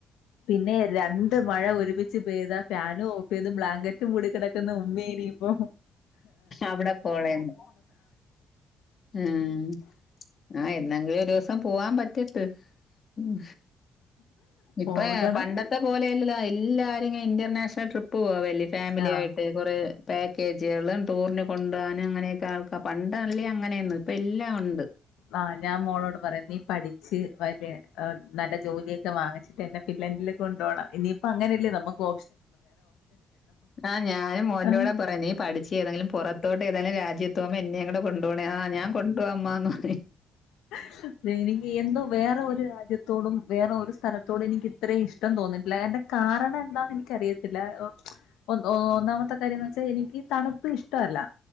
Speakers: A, on the left; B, on the left.
A: പിന്നെ രണ്ട് മഴ ഒരുമിച്ച് പെയ്താ ഫാനും ഓഫ് യ്ത് ബ്ലാങ്കറ്റ് ക് മൂടി കിടക്കുന്ന ഉമ്മേനി പൊ
B: അവിടെ പോണേന്ന് ഉം ആഹ് എന്നെങ്കിലും ഒരോസം പോവാൻ പറ്റട്ട് ഉം ഇപ്പ
A: പോകണം
B: പണ്ടത്തെ
A: എന്ന്
B: പോലെയല്ല എല്ല- തെങ്ങനെ ഇന്റർനാഷണൽ ട്രിപ്പ് പോവല്ല് ഫാമിലി
A: ആഹ്
B: ആയിട്ട് കുറെ പാക്കേജുകള് ടൂറിന് കൊണ്ടുആന് അങ്ങനെയൊക്കെ ആൾക്കാ പണ്ടല്ലേ അങ്ങനെയെന്ന് ഇപ്പ എല്ലാം ഒണ്ട്
A: ആഹ് ഞാൻ മോളോട് പറയാ നീ പഠിച്ച് മറ്റെ അ നല്ല ജോലിയെ റ്റ വാങ്ങിച്ചിട്ട് എന്നെ ഫില്ലന്റില് കൊണ്ട് പോണം ഇനിയിപ്പ അങ്ങനല്ലെ നമ്മക്കൊ
B: ആ ഞാനും മോൻ്റോട്
A: ആഹ്
B: പറയും നീ പഠിച്ച് ഏതെങ്കിലും പൊറത്തോട്ട് ഏതെലും രാജ്യ തോമ എന്നേം കൂടെ കൊണ്ടു പോണേ ആ ഞാൻ കൊണ്ടുപോവാ അമ്മാന്ന് <inaudible>
A: അ എനിക്ക് എന്തോ വേറെ ഒരു രാജ്യത്ത് ത്തോടും വേറെ ഒരു സ്ഥലത്തോടും എനിക്ക് ഇത്ര ഇഷ് ഇഷ്ടം തോന്നീട്ടില്ല കാരണം എന്താന്ന് എനിക്കറിയത്തില്ല ഒന്ന് ഒന്നാമത്തെ കാര്യംന്ന് വെച്ചാൽ എനിക്ക് തണുപ്പ് ഇഷ്ടല്ല